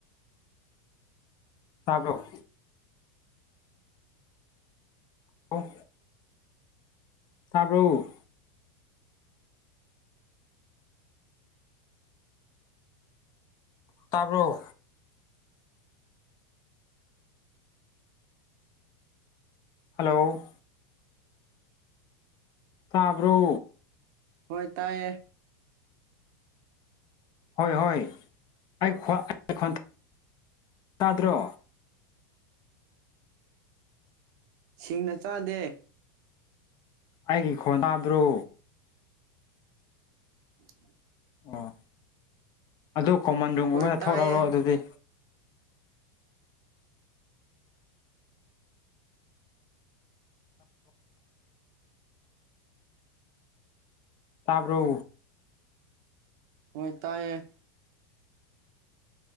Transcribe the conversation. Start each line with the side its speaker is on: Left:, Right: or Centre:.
Left: ꯇꯥꯕ꯭ꯔꯣ ꯑꯣ ꯇꯥꯕ꯭ꯔꯣ ꯇꯥꯕ꯭ꯔꯣ ꯍꯜꯂꯣ ꯇꯥꯕ꯭ꯔꯣ
Right: ꯍꯣꯏ ꯇꯥꯏꯌꯦ
Left: ꯍꯣꯏ ꯍꯣꯏ ꯑꯩ <unintelligible> ꯇꯥꯗ꯭ꯔꯣ
Right: ꯁꯤꯡꯅ ꯆꯥꯗꯦ
Left: ꯑꯩꯒꯤ ꯈꯣꯟ ꯇꯥꯗ꯭ꯔꯣ
Right: <inaudible>
Left: ꯑꯣ ꯑꯗꯨ ꯀꯣꯃꯟ ꯔꯨꯝꯒꯨꯝꯕꯗ
Right: ꯍꯣꯏ ꯇꯥꯏꯌꯦ
Left: ꯊꯣꯛꯔꯛꯔꯣ ꯑꯗꯨꯗꯤ ꯇꯥꯕ꯭ꯔꯣ
Right: ꯍꯣꯏ ꯇꯥꯏꯌꯦ